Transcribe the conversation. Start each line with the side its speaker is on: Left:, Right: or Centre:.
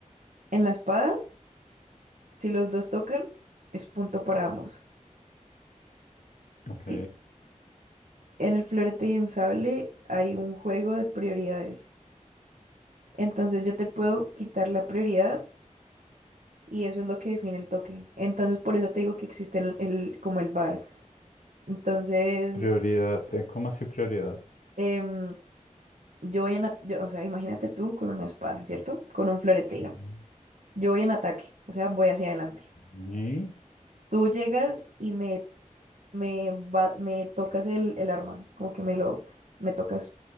Right: En la espada, si los dos tocan, es punto para ambos.
Left: ok,
Right: ¿sí? En el florete y en sable hay un juego de prioridades. Entonces yo te puedo quitar la prioridad y eso es lo que define el toque. Entonces por eso te digo que existe el, el- como el VAR. Entonces,
Left: prioridad, eh, ¿cómo así prioridad?
Right: em, yo voy en, a- yo- o sea, imagínate tú con una espada, ¿cierto? Con un florete,
Left: Sí.
Right: digamos. Yo voy en ataque, o sea, voy hacia adelante.
Left: Mm,
Right: Tú llegas y me me, va- me tocas el, el arma, como que me lo, me tocas